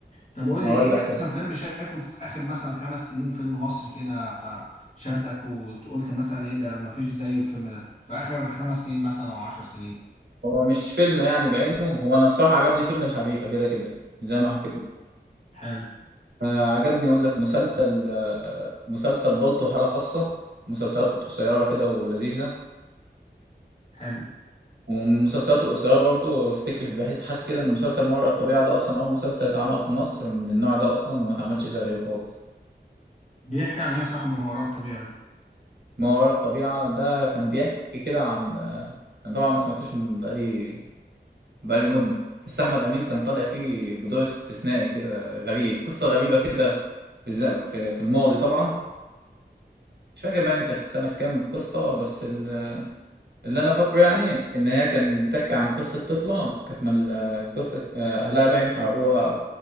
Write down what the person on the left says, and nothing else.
طب قول
لي إيه
أحسن
فيلم شايفه في آخر مثلا خمس سنين فيلم مصري كده شدك وقلت مثلا إيه ده مفيش زيه الفيلم ده في آخر خمس سنين مثلا أو عشر سنين
حلو
حلو
بيحكي عن إيه يا صاحبي من وراء الطبيعة ده